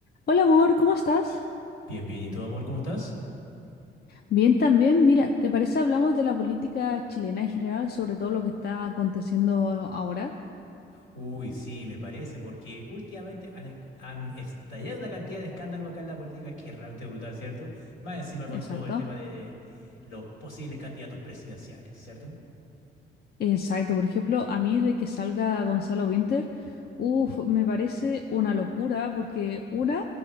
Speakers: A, on the left; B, on the left.
A: Hola amor, ¿cómo estás?
B: Bien, bien. ¿Y tú, amor, cómo estás?
A: Bien también. Mira, ¿te parece hablamos de la política chilena en general, sobre todo lo que está aconteciendo ahora?
B: Uy, sí, me parece, porque últimamente han, esc- han estallado una cantidad de escándalos acá en la política que es realmente brutal, ¿cierto? Más encima con
A: Exacto.
B: todo el tema de los posibles candidatos presidenciales, ¿cierto?
A: Exacto. Por ejemplo, a mí de que salga Gonzalo Winter, uff, me parece una locura porque una,